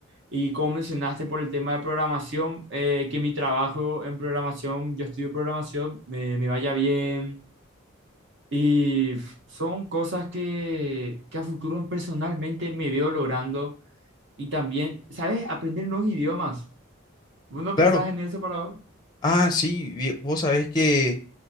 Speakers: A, on the right (about 60°); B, on the left (about 20°).
A: Y como mencionaste por el tema de programación, eh, que mi trabajo en programación, yo estudio programación, me, me vaya bien. Y f- son cosas que, que a futuro personalmente me veo logrando. Y también, ¿sabes? Aprender nuevos idiomas. ¿Vos no
B: Claro.
A: pensás en eso para vos?
B: Ah, sí, vi- vos sabés que